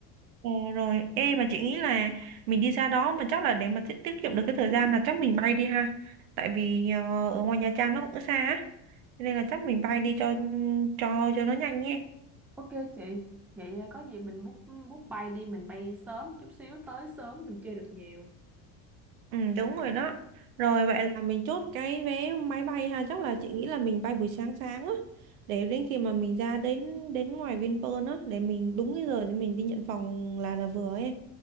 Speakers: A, on the right; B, in the centre.
A: Ờ, rồi em mà chị nghĩ là mình đi ra đó mà chắc là để mà tiết tiết kiệm được cái thời gian là chắc mình bay đi ha tại vì ờ, ở ngoài Nha Trang nó cũng xa á Cho nên là chắc mình bay đi cho cho cho nó nhanh nhé
B: Ok chị, vậy có gì mình book book bay đi, mình bay sớm chút xíu tới sớm mình chơi được nhiều.
A: Ừ, đúng rồi đó. Rồi vậy là mình chốt cái vé máy bay ha, chắc là chị nghĩ là mình bay buổi sáng sáng á để đến khi mà mình ra đến đến ngoài Vinpearl á để mình đúng cái giờ để mình đi nhận phòng là là vừa ấy. em.